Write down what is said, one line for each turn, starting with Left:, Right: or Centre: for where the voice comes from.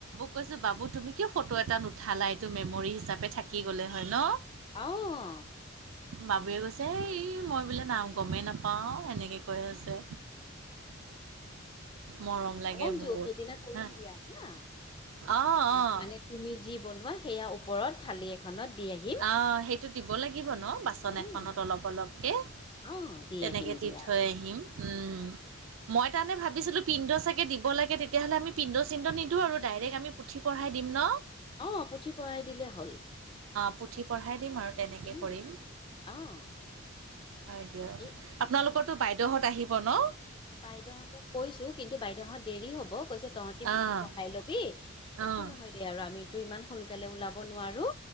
Right: কৈছোঁ বাবু তুমি কিয় ফটো এটা নুঠালা এইটো মেমৰি হিচাপে থাকি গ'লে হয় ন
Left: অ'।
Right: বাবে কৈছে এই মই বোলে নাও গমেই নাপ পাওঁ এনেকে কৈ আছে মৰম লাগে
Left: অঞ্জু
Right: বহুত
Left: সেইদিনা কৰিম
Right: হা
Left: দিয়া ন
Right: অ'
Left: আ
Right: অ'
Left: মানে তুমি যি বনোৱা সেয়া ওপৰত থালি এখনত দি আহিম
Right: অ', সেইটো দিব লাগিব ন বাচ বাচন
Left: অ'।
Right: এখনত অলপ অলপকে
Left: অ', দি
Right: তেনেকে
Left: আহিম
Right: দি
Left: দিয়া।
Right: থৈ আহিম উম মই তাৰমানে ভাবিছিলোঁ পিণ্ড চাগ দিব লাগে তেতিয়াহ'লে আমি পিণ্ড চিণ্ডদিওঁ আৰু ডাইৰেক্ট আমি পুথি পঢ়াই দিম ন
Left: অ', পুথি পঢ়াই দিলেই হ'ল।
Right: পুথি পঢ়াই দিম আৰু তেনেকে
Left: উম।
Right: কৰিম।
Left: অ',
Right: হয় দিয়ক
Left: এই
Right: আপোনালোকতো বাইদেউহত আহিব ন
Left: বাইদউহঁতক কৈছো কিন্তু বাইদেউহঁত দেৰি হব কৈছে তহঁতি পুঠি
Right: অ',
Left: পঢ়াই লবি একো
Right: অ',
Left: নহয় দিয়া আৰু আমিতো ইমান সোনকালে ওলাব নোৱাৰো।